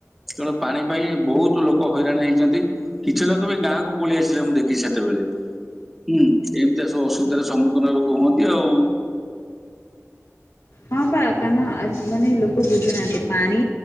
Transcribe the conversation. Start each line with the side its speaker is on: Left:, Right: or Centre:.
Centre: ତେଣୁ ପାଣି ପାଇଁ ବହୁତ ଲୋକ ହଇରାଣ ହେଇଚନ୍ତି କିଛି ଲୋକ ବି ଗାଁକୁ ପଳେଇ ଆସିଲେ ମୁଁ ଦେଖିଚି ସେତେବେଳେ। ହୁଁ ଏମିତିଆ ସବୁ ଅସୁବିଧାର ସମ୍ମୁଖୀନ ଲୋକ ହୁଅନ୍ତି ଆଉ।
Left: ହଁ ବା କାରଣ ଆଜ ମାନେ ଲୋକ ବୁଝୁନାହାନ୍ତି ପାଣି